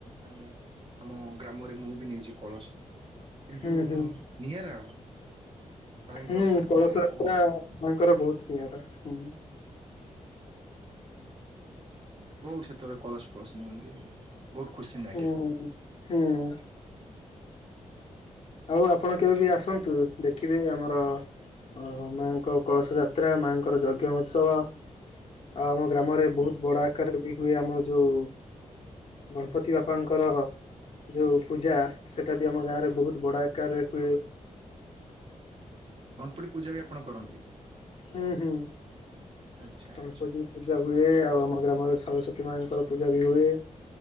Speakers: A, on the right; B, on the left.
A: ମାନେ ଆମ ଗ୍ରାମରେ ମୁଁ ବି ନେଇଚି। କଳସ କିନ୍ତୁ
B: ହୁଁ ହୁଁ
A: ନିଆରା। ମାଙ୍କର
B: ହୁଁ
A: ପ୍ରଭୁ
B: କଳସ ଯାତ୍ରା
A: ବହୁ ନିଆରା।
B: ମାଙ୍କର ବହୁତ ନିଆଁରା ହୁଁ।
A: ବହୁତ ସେତେବେଳେ କଳସ ଫଳସ ନିଅନ୍ତି। ବହୁତ ଖୁସି ଲାଗେ
B: ହୁଁ ହୁଁ। ଆଉ ଆପଣ କେବେ ବି ଆସନ୍ତୁ ଦେଖିବେ ଆମର। ଓ ମାଆଙ୍କ କଳସ ଯାତ୍ରା ମାଆଙ୍କର ଯଜ୍ଞ ଉତ୍ସବ। ଆଉ ଆମ ଗ୍ରାମରେ
A: ହୁଁ।
B: ବୋହୁତ ବଡ ଆକାରରେ ବି ହୁଏ ଆମର ଯୋଉ ଗଣପତି ବାପାଙ୍କର ଯୋଉ ପୂଜା ସେଟା ବି ଆମ ଗାଁ ରେ ବୋହୁତ ବଡ଼ ଆକାରରେ ହୁଏ।
A: ଆଛା କନପ୍ଟି ପୂଜା ବି ଆପଣ କରନ୍ତି।
B: ହୁଁ ହୁଁ
A: ଆଚ୍ଛା
B: କଣ
A: ଆଚ୍ଛା।
B: କୋଉଚି। ପୂଜା ହୁଏ ଆଉ ଆମ ଗ୍ରାମରେ ସରସ୍ଵତୀ ମାଙ୍କର ପୂଜା ବି ହୁଏ।